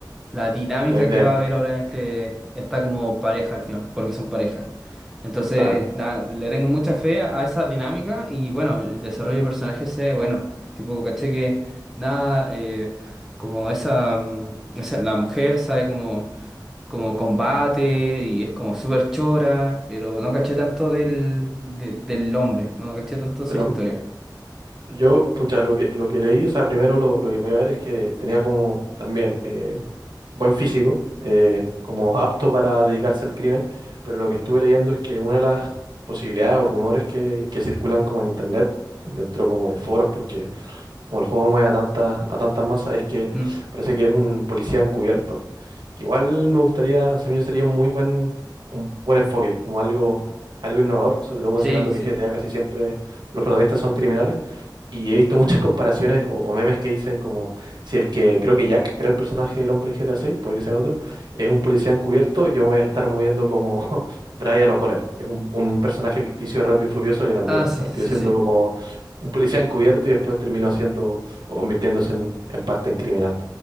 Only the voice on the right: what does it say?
La idea,
claro.
El
hom- yo, pucha, lo que, lo que leí, o sea, primero lo, lo que podía ver es que tenía como también eh, buen físico, eh, como apto para dedicarse al crimen, pero lo que estuve leyendo es que una de las posibilidades o rumores que, que circulan como en internet, dentro como de foros, porque como el juego mueve a tantas, a tantas masas, es que
parece que es un policía encubierto. Que igual me gustaría, según yo, sería un muy buen, un buen enfoque, como algo, algo innovador, sobre todo considerando
que GTA casi siempre los protagonistas son criminales. Y he visto muchas <laughs> comparaciones o, o memes que dicen como si es que creo que Jack era el personaje del hombre en GTA 6, puede que sea otro, es un policía encubierto, yo me voy a estar moviendo como <laughs> Brian O'Connor, que es un, un personaje ficticio de Rápido y Furioso que también
partió
siendo
como un policía encubierto y después terminó siendo o convirtiéndose en, en parte en criminal.